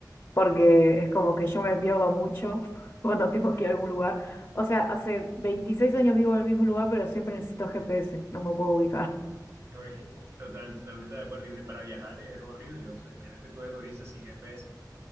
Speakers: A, on the left (about 30°); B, on the right (about 40°).
A: porque es como que yo me pierdo mucho <laughs> cuando tengo
B: <laughs>
A: que ir a algún lugar. O sea, hace 26 años vivo en el mismo lugar, pero siempre necesito GPS, no me puedo ubicar. <laughs>
B: Oye, Total, totalmente de acuerdo. Y uno y para viajar es horrible. O sea, imagínate tú de turista sin GPS.